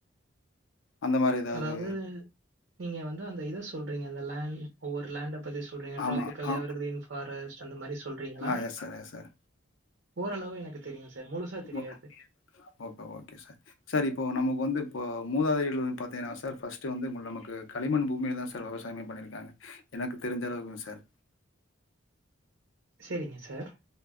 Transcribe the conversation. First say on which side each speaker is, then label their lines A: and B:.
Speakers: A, on the left; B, on the right.
A: அந்த மாதிரி ஏதாவது
B: அதாவது நீங்க வந்து அந்த இத சொல்றீங்க அந்த லேண் ஒவ்வொரு லேண்ட பத்தி சொ சொல்றீங்க ட்ராப்பிக்கல்
A: ஆமா ஆ
B: எவ்ர் கிரீன்ஃபாரஸ்ட் அந்த மாரி சொல்றீங்களா
A: ஆ எஸ் சார் எஸ் சார்
B: ஓரளவு எனக்கு தெரியு சார் முழுசா தெரியாது
A: ஓ ஓகே ஓகே சார் சார் இப்போ நமக்கு வந்து இப்போ மூதாதைகள் பாத்தீங்கன்னா சார் ஃபஸ்ட்டு வந்து உங்கள் நமக்கு களிமண் பூமில தா சா விவசாயமே பண்ணிருக்காங்க எனக்கு தெரிஞ்ச அளவுக்கு சார்
B: சேரிங்க சார்